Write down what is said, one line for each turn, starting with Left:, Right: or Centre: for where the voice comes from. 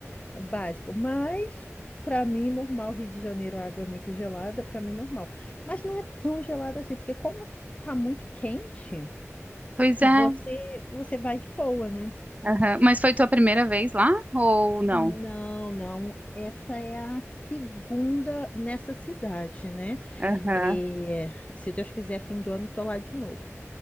Left: Básico. Mas pra mim normal, Rio de Janeiro, a água é muito gelada, pra mim normal. Mas não é tão gelada assim, porque como tá muito quente,
Right: pois
Left: você
Right: é.
Left: você vai de boa, né?
Right: Aham. Mas foi tua primeira vez lá ou
Left: Não,
Right: não?
Left: não. Essa é a segunda nessa cidade, né?
Right: Aham.
Left: E se Deus quiser, fim do ano, tô lá de novo.